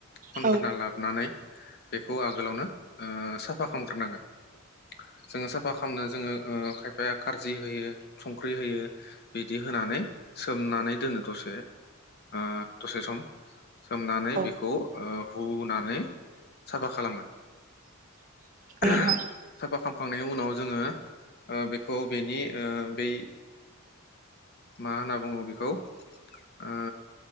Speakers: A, on the left; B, on the right.
A: खनग्रोना
B: औ
A: लाबनानै बेखौ आगोलावनो ओ साफा खामग्रोनांगोन जोङो साफा खालामनो जोङो ओ खायफाया खारजि होयो संख्रि होयो बिदि होनानै सोमनानै दोनो दसे ओ दसे सम सोमनानै
B: औ
A: बेखौ ओ हुनानै साफा खालामो <unintelligible>
B: नोंथां
A: फाखामखांनायनि उनाव ओ जोङो बेखौ बेनि बे मा होनना बुङो बेखौ ओ